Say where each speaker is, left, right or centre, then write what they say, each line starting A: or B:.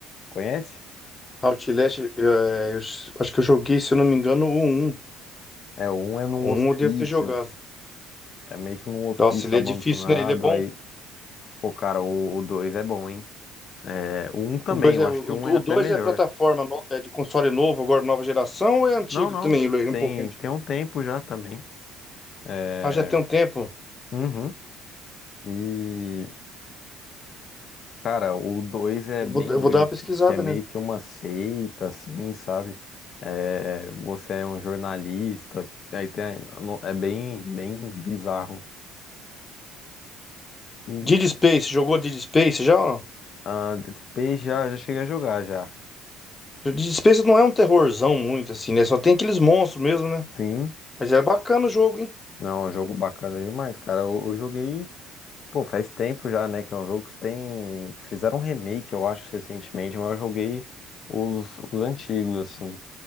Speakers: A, on the left; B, on the left.
A: Conhece?
B: Outlast, é, eu s- acho que eu joguei, se eu não me engano, o um
A: É, um é num
B: O
A: hospício.
B: 1 eu devo ter jogado.
A: É meio que num hospício
B: Nossa, ele
A: abandonado.
B: é difícil, né? Ele é bom.
A: Aí Pô, cara, o dois é bom, hein? É, o um também,
B: O 2
A: eu
B: é,
A: acho
B: o,
A: que o um é até
B: o 2
A: melhor.
B: é plataforma no- é de console novo, agora nova geração, ou é antigo
A: Não, não.
B: também? Ele é
A: Tem,
B: um pouco antigo.
A: tem um tempo já também. É,
B: Ah, já tem um tempo.
A: uhum. E, cara, o dois é
B: Eu
A: bem
B: vou, eu
A: doido,
B: vou dar uma
A: que,
B: pesquisada,
A: que é meio
B: né?
A: que uma seita, assim, sabe? É, você é um jornalista, aí tem, a- no- é bem, bem bizarro. E
B: Dead Space, jogou Dead Space já ou não?
A: a Dead Space já, já cheguei a jogar já.
B: Dead Space não é um terrorzão muito, assim, né? Só tem aqueles monstros mesmo, né?
A: Sim.
B: Mas é bacana o jogo, hein?
A: Não, é um jogo bacana demais, cara. Eu, eu joguei. Pô, faz tempo já, né? Que é um jogo que tem. Fizeram um remake, eu acho, recentemente, mas eu joguei os, os antigos, assim.